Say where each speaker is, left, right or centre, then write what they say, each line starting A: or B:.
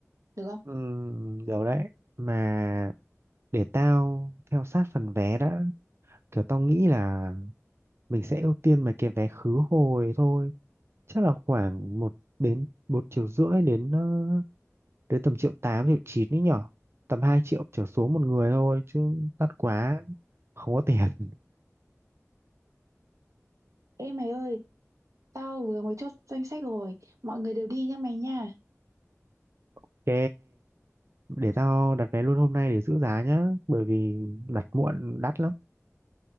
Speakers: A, on the right; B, on the right.
A: được không?
B: Ừ, điều đấy. Mà để tao theo sát phần vé đã. Kiểu tao nghĩ là mình sẽ ưu tiên mấy cái vé khứ hồi thôi. Chắc là khoảng một đến một triệu rưỡi đến ờ, đến tầm triệu 8 triệu 9 ấy nhở. Tầm 2 triệu trở xuống một người thôi. Chứ đắt quá. Không có tiền.
A: Ê mày ơi, tao vừa mới chốt danh sách rồi, mọi người đều đi nhá mày nha.
B: Ok, để tao đặt vé luôn hôm nay để giữ giá nhá, bởi vì đặt muộn đắt lắm.